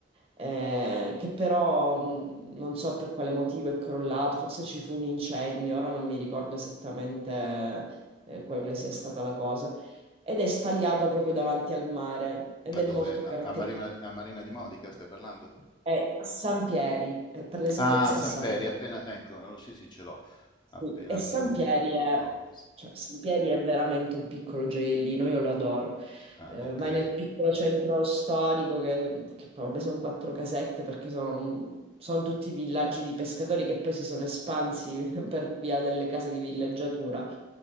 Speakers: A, on the right; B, on the left.
A: eh, che però mm, non so per quale motivo è crollato, forse ci fu un incendio, ora non mi ricordo esattamente, eh, quale sia stata la cosa, ed è stagliato proprio davanti al mare ed
B: A
A: è molto
B: dove? A,
A: caratteristico.
B: a Marina, a Marina di Modica stai parlando?
A: È a Sampieri, eh, per l'esattezza
B: Ah, Sì,
A: è
B: sì. Samperi,
A: a Sampieri.
B: appena... Ecco, oh, sì, sì, ce l'ho.
A: Sì,
B: Appena
A: E
B: più
A: San Pieri è,
B: a ovest.
A: cioè, San Pieri è veramente un piccolo gioiellino, io lo adoro.
B: Ah,
A: Eh,
B: ok,
A: vai nel piccolo centro storico, che, che poi vabbè, sono quattro casette perché sono, sono tutti villaggi di pescatori che poi si sono espansi <laughs> per via delle case di villeggiatura.